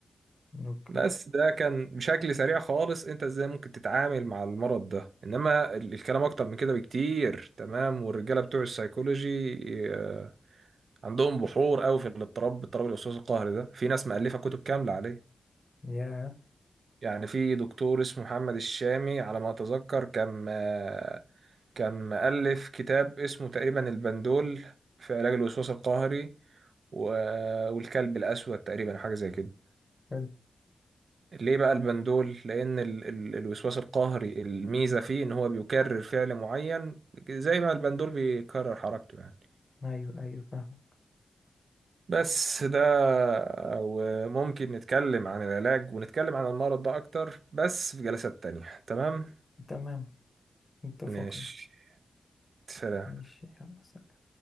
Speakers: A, on the left; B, on the right.
A: اوكي
B: بس ده كان بشكل سريع خالص انت ازاي ممكن تتعامل مع المرض ده انما ال- الكلام اكتر من كده بكتير تمام والرجاله بتوع السيكولوجي آه، عندهم بحور قوي في الاضطراب اضطراب الوسواس القهري ده في ناس مؤلفه كتب كامله عليه
A: يا
B: يعني في دكتور اسمه محمد الشامي على ما اتذكر كان آه، كان مؤلف كتاب اسمه تقريبا البندول في علاج الوسواس القهري و- والكلب الاسود تقريبا حاجه زي كده
A: حلو
B: ليه بقى البندول؟ لأن ال ال الوسواس القهري الميزة فيه إن هو بيكرر فعل معين زي ما البندول بيكرر حركته يعني
A: ايوه ايوه فاهمك
B: بس ده وممكن نتكلم عن العلاج ونتكلم عن المرض ده أكتر بس في جلسات تانية تمام؟
A: تمام اتفقنا
B: ماشي سلام
A: ماشي يلا سلام.